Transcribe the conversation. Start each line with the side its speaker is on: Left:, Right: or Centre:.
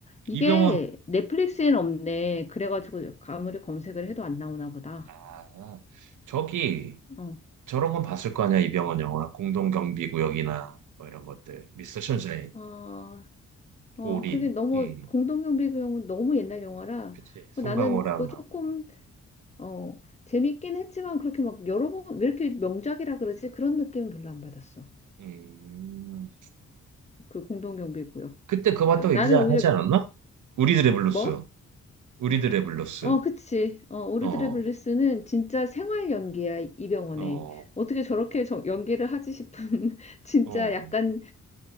Left: 이게
Right: 이병헌,
Left: 넷플릭스엔 없네. 그래가지고 아무리 검색을 해도 안 나오나 보다.
Right: 아, 저기
Left: 어,
Right: 저런 건 봤을 거 아니야, 이병헌 영화. 공동경비구역이나 뭐 이런 것들. 미스터 션샤인,
Left: 어, 어
Right: 올인.
Left: 그게 너무
Right: 음,
Left: 공동경비 그 영화 너무 옛날 영화라
Right: 그치. 송강호랑.
Left: 뭐 나는 그거 조금
Right: 나-
Left: 어 재밌긴 했지만 그렇게 막 여러 번 왜 이렇게 명작이라 그러지? 그런 느낌은 별로 안 받았어.
Right: 음.
Left: 그 공동경비고요.
Right: 그때 그거
Left: 그다음
Right: 봤다고
Left: 나는
Right: 얘기하지
Left: 오히려
Right: 않았나? 우리들의 블루스.
Left: 뭐?
Right: 우리들의 블루스.
Left: 어, 그치. 어, 오르드레
Right: 어,
Left: 블리스는 진짜 생활 연기야, 이병헌에.
Right: 어,
Left: 어떻게 저렇게 저- 연기를 하지 싶은, <laughs> 진짜
Right: 어.
Left: 약간,